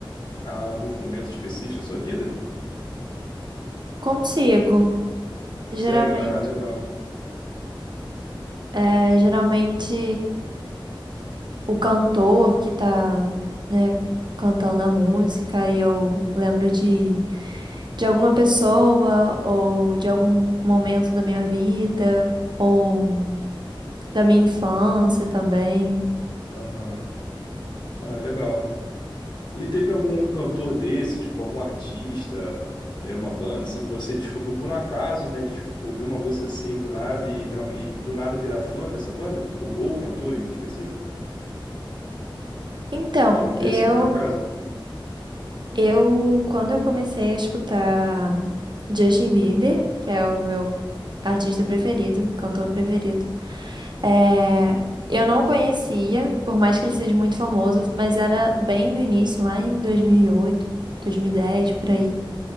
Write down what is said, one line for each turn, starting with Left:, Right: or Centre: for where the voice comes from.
Left: a alguns momentos específicos da sua vida?
Right: Consigo.
Left: Consegue?
Right: Geralmente.
Left: Ah, legal.
Right: É, geralmente o cantor que tá, né, cantando a música e eu lembro de, de alguma pessoa ou de algum momento da minha vida ou da minha infância também.
Left: Aham. Ah, legal. E teve algum cantor desse, tipo, algum artista, é, uma banda, assim, que você descobriu por um acaso, né? De ouvir uma música assim do nada e, realmente, e do nada virar fã dessa banda? Ou, ou cantor em específico?
Right: Então,
Left: De ouvir
Right: eu
Left: assim por acaso?
Right: eu quando eu comecei a escutar Justin Bieber, que é o meu artista preferido, cantor preferido, É, eu não conhecia, por mais que ele seja muito famoso, mas era bem no início, lá em dois dois mil mil e oito, dois mil e dez, por aí.